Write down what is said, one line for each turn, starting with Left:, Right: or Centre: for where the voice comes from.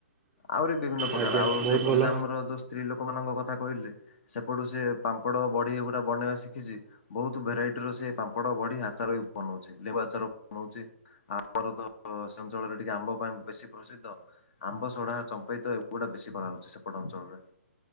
Left: ଆହୁରି ବିଭିନ୍ନ ପ୍ରକାର
Right: ଆଜ୍ଞା
Left: ଆଉ
Right: ବହୁତ
Left: ସେ ଗଞ୍ଜାମର
Right: ଭଲ
Left: ଯୋଉ ସ୍ତ୍ରୀ ଲୋକ ମାନଙ୍କ କଥା କହିଲେ। ସେ ପଟୁ ସିଏ ପାମ୍ପଡ ବଡି ଏଗୁଡା ବନେଇବା ଶିଖିଚି। ବୋହୁତ ଭେରାଇଟିର ସେ ପାମ୍ପଡ ବଡି ଆଚାର ବି ବନୋଉଚି ଲେମ୍ବୁ ଆଚାର ବନୋଉଚି। ଆମର ତ ସେ ଅଞ୍ଚଳରେ ଟିକେ ଆମ୍ବ ପାଇଁ ବେଶୀ ପ୍ରସିଦ୍ଧ। ଆମ୍ବସଢା ଚମ୍ପେଇ ତ ଏଗୁଡା ବେଶୀ କରାହୋଉଚି ସେପଟ ଅଞ୍ଚଳରେ।